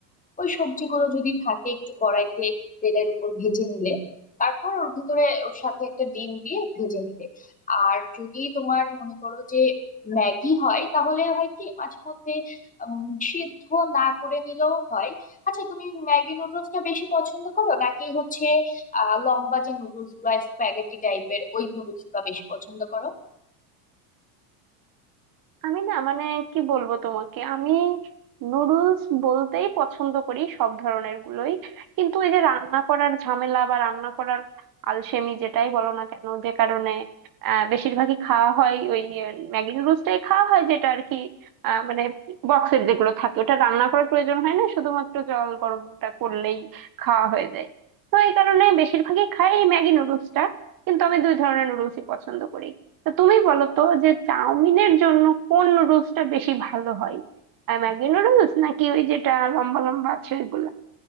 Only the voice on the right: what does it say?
আমি না মানে কি বলবো তোমাকে আমি নুডলস বলতেই পছন্দ করি সব ধরনের গুলোই কিন্তু এই যে রান্না করার ঝামেলা বা রান্না করার আলসেমি যেটাই বলো না কেন যে কারণে আহ, বেশিরভাগই খাওয়া হয় ওই আহ, ম্যাগি নুডলসটাই খাওয়া হয় যেটা আর কি আহ, মানে বক্সের যেগুলো থাকে ওটা রান্না করার প্রয়োজন হয় না শুধুমাত্র জল গরমটা করলেই খাওয়া হয়ে যায় তো এই কারণে বেশিরভাগই খাই এই ম্যাগি নুডলসটা কিন্তু আমি দুই ধরনের নুডলসই পছন্দ করি তো তুমি বলো তো যে চাউমিনের জন্য কোন নুডলসটা বেশি ভালো হয় আর ম্যাগি নুডলস নাকি ওই যেটা লম্বা লম্বা আছে ওইগুলা